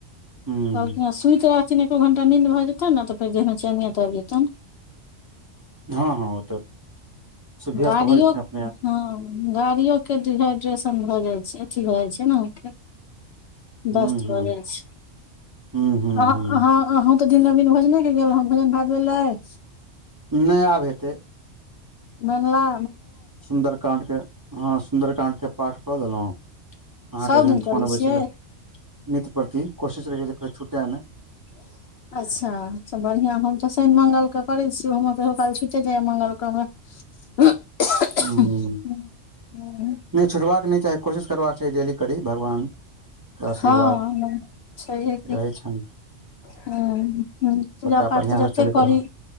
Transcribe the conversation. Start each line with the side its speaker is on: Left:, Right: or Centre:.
Right: हूँ
Left: कहलखिन हाँ सुइत रहथिन एको घण्टा निन्द भऽ जेतैन ने, तऽ फेर देहमे चैनियत आबि जेतैन।
Right: हँ हँ ओ तऽ सुभ्यस्त
Left: गाड़ियो।
Right: भऽ जेथिन अपने आप
Left: हाँ गाड़ियो के डिहाइड्रेशन भऽ जाइ छै, अथी भऽ जाइ छै न अहाँके
Right: हूँ
Left: दस्त
Right: हूँ
Left: भगेल छै।
Right: हूँ हूँ
Left: अहं
Right: हूँ
Left: अहाँ अहूँ तऽ दिन मे दिन भोजने के गे, भोजन भात भेलैय।
Right: नै आब हेतै।
Left: भनला।
Right: सुंदरकांड के, हाँ सुंन्दरकाण्ड के पाठ कऽ लेलहुँ? अहाँके
Left: सब
Right: जहन
Left: दिन
Right: फोन
Left: करै
Right: अबै
Left: छियै
Right: छलै, नित प्रति कोशिश रहेए जे छुटे नै।
Left: <inaudible> अच्छा तऽ बढ़िआँ हम तऽ शइन मंगलकेँ करै छी हमरा कहियो काल छुइटे जाइए मंगलक हमरा <inaudible>
Right: ह्म्म
Left: <inaudible>
Right: नहि छुटबाक नहि चाही, कोशिश करबाक चाही डेली करी भगवान के आशीर्वाद
Left: हाँ छैये की
Right: रहै छनि
Left: हाँ हूं पूजा
Right: सबटा
Left: पाठ
Right: बढ़िआँ
Left: तऽ जतेक
Right: से चलैत
Left: करि।
Right: रह